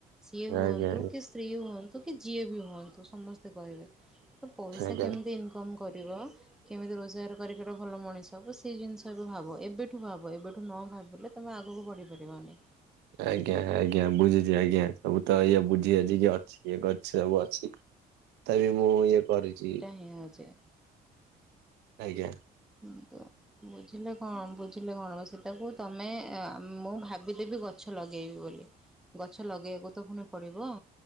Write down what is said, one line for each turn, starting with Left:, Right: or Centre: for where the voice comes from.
Centre: ସିଏ ହୁଅନ୍ତୁ
Right: ଆଜ୍ଞା
Centre: କି ସ୍ତ୍ରୀ ହୁଅନ୍ତୁ କି ଯିଏ ବି ହୁଅନ୍ତୁ ସମସ୍ତେ କହିବେ। ତ ପଇସା
Right: ଆଜ୍ଞା
Centre: କେମିତି ଇନକମ୍ କରିବ? କେମିତି ରୋଜଗାର କରିକଟ ଭଲ ମଣିଷ ହବ ସେଇ ଜିନିଷ ବି ଭାବ ଏବେଠୁ ଭାବ ଏବେଠୁ ନ ଭାବିଲେ ତୁମେ ଆଗକୁ ବଢ଼ିପାରିବନି।
Right: ଆଜ୍ଞା ଆଜ୍ଞା ବୁଝୁଚି ଆଜ୍ଞା ସବୁ ତ ଇଏ ବୁଝି ବାଝି କି ଅଛି ଏ କରିଚି ସବୁ ଅଛି। ତଥାପି ମୁଁ ଇଏ କରିଚି।
Centre: ଏଇଆ ଆଜି।
Right: ଆଜ୍ଞା।
Centre: ହ ତ। ବୁଝିଲେ କଣ ବୁଝିଲେ କଣ ସେଟାକୁ ତମେ ମୁଁ ଭାବିଦେବି ଗଛ ଲଗେଇବି ବୋଲି। ଗଛ ଲଗେଇବାକୁ ତ ପୁଣି ପଡିବ।